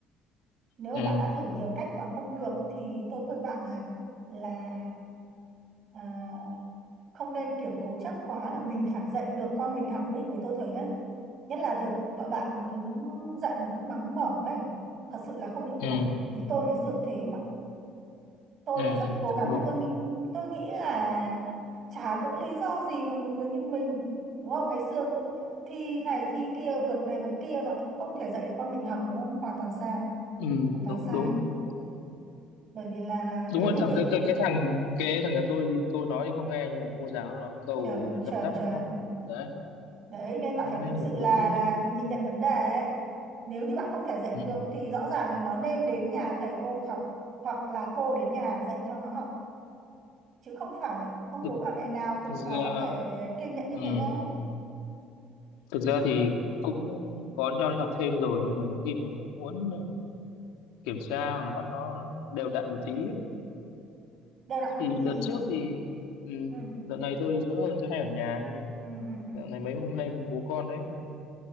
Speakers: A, on the right; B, on the left.
A: nếu
B: Ừ.
A: mà bạn đã thử nhiều cách và không được thì tôi khuyên bạn là là à, không nên kiểu cố chấp quá là mình phải dạy được con mình học ấy với tôi thấy đó nhất là việc vợ bạn mà cứ dạy mà cứ mắng mỏ ấy thật sự là không hiệu
B: Ừ.
A: quả vì tôi ngày xưa cũng thế mà tôi
B: ừ,
A: đã rất
B: ừ,
A: cố gắng
B: cũng đúng
A: thì tôi nghĩ tôi nghĩ là chả có lý do gì mà một người như mình đúng không ngày xưa cũng thi này thi kia vượt này vượt kia mà lại không thể dạy được con mình học đúng không hoàn toàn sai
B: ừ,
A: hoàn toàn
B: đúng
A: sai
B: đúng đúng
A: bởi vì là là
B: đúng
A: cái
B: là
A: việc
B: thằng
A: dạy
B: cái cái cái thằng cái thằng nhà tôi thì tôi nói thì không nghe nhưng mà cô giáo nói một câu
A: chuẩn
B: rồi nó răm
A: chuẩn
B: rắp
A: chuẩn
B: răm rắp đấy
A: đấy nên bạn
B: nên
A: phải thực sự
B: mình cũng
A: là là nhìn nhận vấn đề ấy. nếu như bạn không thể dạy
B: ừ,
A: được thì rõ ràng là nó nên đến nhà thầy cô học hoặc là cô đến nhà dạy cho nó học chứ không phải là ông
B: thực,
A: bố bà mẹ nào cũng
B: thực
A: có
B: ra
A: thể kiên nhẫn như
B: ừ,
A: thế đâu
B: thực ra thì cũng, cũng có cho đi học thêm rồi nhưng mà nhiều khi mình cũng muốn ờ, kiểm tra hoặc là bắt nó đều đặn một tí ấy.
A: đều đặn một
B: thì
A: tí
B: đợt trước thì ừ,
A: ừ,
B: đợt này tôi dỗi hơn tôi hay ở nhà nhưng mà
A: ừ, ừ, ừ.
B: dạo này mấy hôm nay bố con đấy